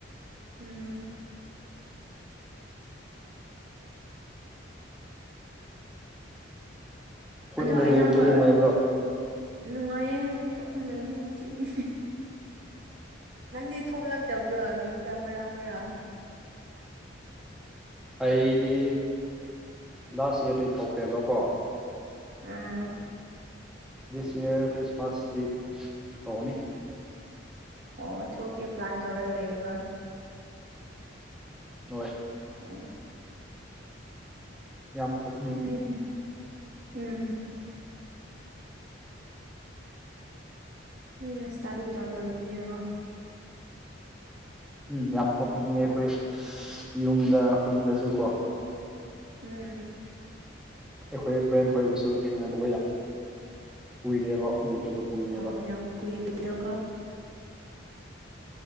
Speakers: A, on the right (about 60°); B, in the centre.
A: ꯎꯝ꯫
B: ꯈꯨꯟꯗ
A: ꯑꯗꯣ ꯑꯌꯥꯝꯕ
B: ꯂꯩꯕꯗꯣ ꯅꯨꯡꯉꯥꯏꯕ꯭ꯔꯣ
A: ꯅꯨꯡꯉꯥꯏꯌꯦ ꯑꯩꯈꯣꯏ ꯇꯧ ꯂꯩ ꯃꯤꯅ ꯆꯤꯡꯉ ꯅꯪꯗꯤ ꯊꯣꯛꯣꯂꯛꯇꯕ꯭ꯔꯣ ꯌꯨꯝꯗ ꯃꯔꯥ ꯃꯔꯥꯡ
B: ꯑꯩꯗꯤ ꯂꯥꯁ ꯏꯌꯥꯔꯗꯩ ꯊꯣꯛꯇꯦꯕꯀꯣ
A: ꯎꯝ
B: ꯗꯤꯁ ꯏꯌꯥꯔ ꯈ꯭ꯔꯤꯁꯃꯥꯁ ꯗꯤꯠ ꯊꯑꯅꯤ
A: ꯑꯣ ꯊꯣꯛꯀꯦ ꯄ꯭ꯂꯥꯟ ꯇꯧꯔ ꯂꯩꯕ
B: ꯍꯅꯨꯡꯣꯏ
A: ꯎ
B: ꯌꯥꯝ ꯊꯣꯛꯄ
A: ꯍꯗꯅ ꯎꯝ ꯅ ꯔꯁꯇꯥꯅꯤ ꯇꯧꯔꯤꯕꯅꯤ ꯑꯕꯣ
B: ꯎꯝ ꯌꯥꯝ ꯊꯣꯛꯅꯤꯡꯉꯦ ꯑꯩꯈꯣꯏ ꯌꯨꯝꯗ ꯈꯨꯟꯗꯁꯨ ꯀꯣ
A: ꯎꯝ
B: ꯑꯩꯈꯣꯏ ꯐ꯭ꯔꯦꯟ ꯈꯣꯏꯕꯨꯁꯨ ꯊꯦꯡꯅꯗꯕ ꯌꯥꯝ ꯀꯨꯏꯔꯦꯕ ꯎꯗꯕ ꯀꯨꯏꯔꯦꯕ
A: ꯑꯣ ꯌꯥ ꯀꯏꯒꯗ ꯀ